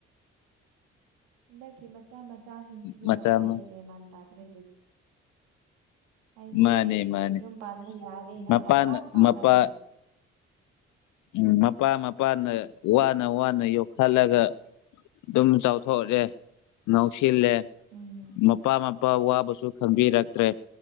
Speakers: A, on the right (about 85°); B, on the left (about 75°).
A: ꯍꯟꯗꯛꯀꯤ ꯃꯆꯥ ꯃꯆꯥꯁꯤꯡꯁꯤꯗꯤ
B: ꯃꯆꯥ
A: ꯂꯣꯏꯔꯦ
B: ꯃꯆꯥ
A: ꯕꯦꯃꯥꯟ ꯇꯥꯗ꯭ꯔꯦ ꯍꯥꯏꯗꯤ
B: ꯃꯥꯅꯦ ꯃꯥꯅꯦ
A: ꯌꯨꯝ ꯄꯥꯟꯕ ꯌꯥꯔꯦꯅꯥ
B: ꯃꯄꯥꯅ
A: ꯄꯪꯄꯥꯟ ꯄꯥꯜꯂꯒ
B: ꯃꯄꯥ
A: ꯂꯩ
B: ꯎꯝ ꯃꯄꯥ ꯃꯄꯥꯅ ꯋꯥꯅ ꯋꯥꯅ ꯌꯣꯛꯈꯠꯂꯒ ꯑꯗꯨꯝ ꯆꯥꯎꯊꯣꯛꯑꯦ ꯅꯧꯁꯤꯜꯂꯦ
A: ꯎꯝ
B: ꯃꯄꯥ ꯃꯄꯥ ꯋꯥꯕꯁꯨ ꯈꯪꯕꯤꯔꯛꯇ꯭ꯔꯦ